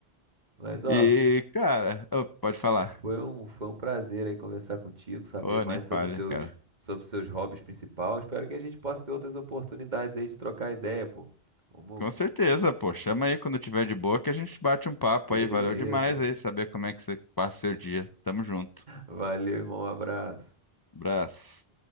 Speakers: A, on the right (about 45°); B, on the left (about 30°).
A: Mas ó,
B: E,
A: f-
B: cara, ô, pode falar.
A: foi um, foi um prazer aí conversar contigo, saber
B: Ô,
A: mais
B: nem
A: sobre
B: falha,
A: seus
B: cara.
A: sobre seus hobbies principais. Espero que a gente possa ter outras oportunidades aí de trocar ideia, pô. Vamos.
B: Com certeza, pô. Chama aí quando tiver de boa que a gente bate um papo
A: Beleza.
B: aí. Valeu demais aí saber como é que você passa seu dia. Tamo junto.
A: Valeu, irmão. Um abraço.
B: Abraço.